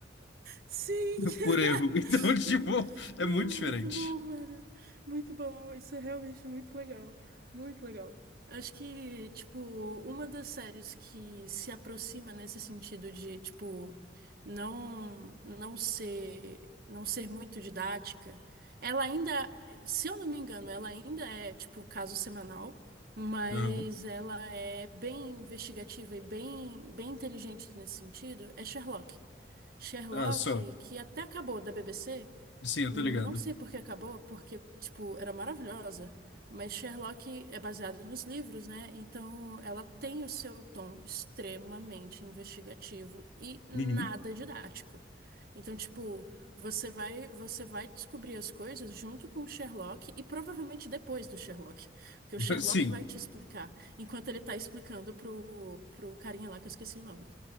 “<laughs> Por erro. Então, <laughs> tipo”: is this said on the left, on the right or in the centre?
Left